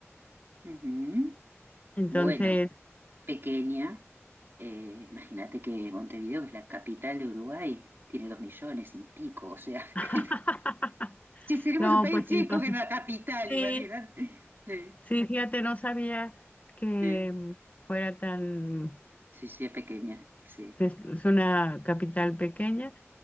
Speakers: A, on the right; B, on the left.
A: ujú.
B: Entonces,
A: Bueno, pequeña, eh, imagínate que Montevideo, que es la capital de Uruguay, tiene dos millones y pico, o sea, <laughs>
B: <laughs>
A: que, si seremos
B: no,
A: un país
B: pues
A: chico
B: entonces,
A: que no la capital,
B: sí,
A: imagínate. Sí,
B: sí, fíjate, no sabía que
A: sí,
B: mm, fuera tan,
A: sí, sí, es pequeña, sí.
B: que es es una capital pequeña.